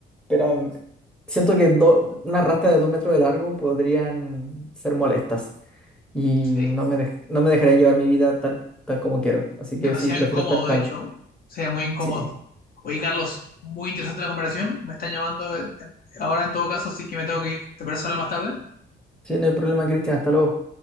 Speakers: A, in the centre; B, on the left.
A: pero mm, siento que do- una rasta de dos metros de largo podrían ser molestas y
B: Sí.
A: no me, dej- no me dejaría llevar mi vida tal, tal como quiero. Así
B: Demasiado
A: que sí, prefiero
B: incómodo,
A: estar calvo.
B: de hecho. Sería muy incómodo.
A: Sí,
B: Oye, Carlos, muy interesante la comparación. Me están llamando eh, ahora en todo caso, así que me tengo que ir. ¿Te parece hablar más tarde?
A: sí, no hay problema, Cristian. Hasta luego.